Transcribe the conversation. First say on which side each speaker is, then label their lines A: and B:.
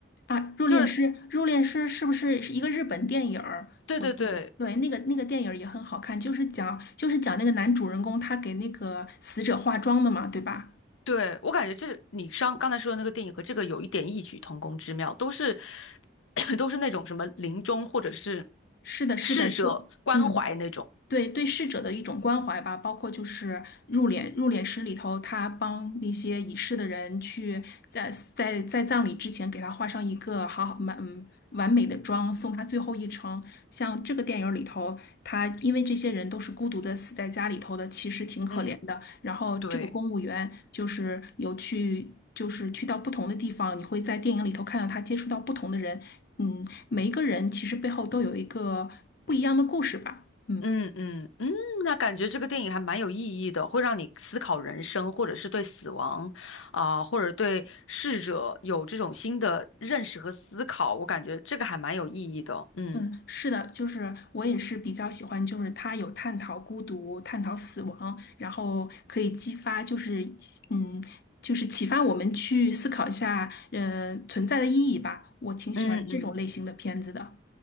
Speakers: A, on the left (about 50°); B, on the left (about 85°).
A: 啊，《入殓师》《入殓师》是不是是一个日本电影儿？
B: 就是对对对
A: 我记得对，那个那个电影儿也很好看，就是讲就是讲那个男主人公他给那个死者化妆的嘛，对吧？
B: 对，我感觉这你上刚才说的那个电影和这个有一点异曲同工之妙，都是 <coughs> <clears throat> 都是那种什么临终或者是
A: 是的，是的，
B: 逝者关怀那种。
A: 就嗯。对对逝者的一种关怀吧，包括就是入殓入殓师里头，他帮那些已逝的人去在在在葬礼之前给他画上一个好好满嗯完美的妆，送他最后一程。像这个电影里头，他因为这些人都是孤独的死在家里头的，其实挺可怜的。
B: 嗯，
A: 然后这个公务员就是有去就是去到不同的地方，
B: 对。
A: 你会在电影里头看到他接触到不同的人，嗯，每一个人其实背后都有一个不一样的故事吧，嗯。
B: 嗯嗯嗯，那感觉这个电影还蛮有意义的，会让你思考人生，或者是对死亡，啊、或者对逝者有这种新的认识和思考。我感觉这个还蛮有意义的。嗯
A: 嗯，是的，就是我也是比较喜欢，就是它有探讨孤独、探讨死亡，然后可以激发，就是嗯，就是启发我们去思考一下，呃，存在的意义吧。我挺喜欢这种类型的片子的。
B: 嗯嗯